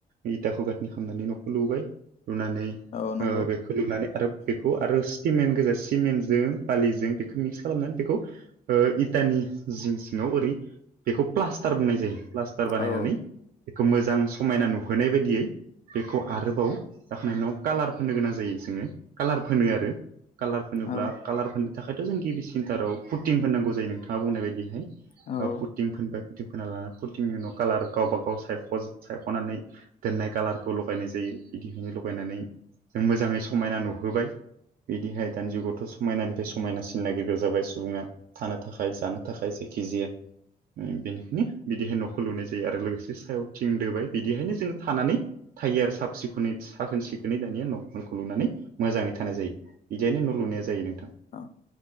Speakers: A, on the right (about 65°); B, on the left (about 50°).
A: इथाखौ गाथनि खालामनानै न'खौ लुबाय लुनानै ओ
B: औ नंगौ
A: बेखौ लुनानै आरो बेखौ आरो सिमेन्ट गोजा सिमेन्टजों बालिजों बेखौ मिक्स खालामनानै बेखौ ओ इटानि जिं सिङाव ओरै बेखौ प्लास्टार बुंनाय जायो प्लास्टार बानायनानै
B: औ
A: बेखौ मोजां समायना नुहोनाय बायदियै बेखौ आरोबाव गाखोननायनि उनाव कालार फोनो गोनां जायो जोङो कालार फोनो आरो कालार फनोला
B: औ
A: कालारफोरनो थाखायथ' जों गिबिसिनथाराव फुटिंफोरनांगौ जायो नोंथाङा बुंनाय बायदिहाय
B: औ
A: फुथिं फोनबाय फुथिं फोनना लानानै फुथिंनि उनाव कालार गावबा गाव सायख सायख'नानै दोननाय कालारखौ लगायनाय जायो बिदिखायनो लगायनानै जों मोजाङै समायना नुहोबाय बिदिहाय दानि जुगावथ' सम समायनानिफ्राय समायना सिन नागिरग्रा जाबाय सुबुङा थानो थाखाय जानो थाखाय जायखिजाया बेनिखायनो बिदिहाय न'खौ लुनाय जायो आरो लोगोसे सायाव थिं दोबाय बिदिहायनो जोङो थानानै थायो आरो साब सिखोनै साखोन सिखोनै दानिया न'खौ लुनानै मोजाङै थानाय जायो बिदियनो न' लुनाया जायो नोंथां
B: ओ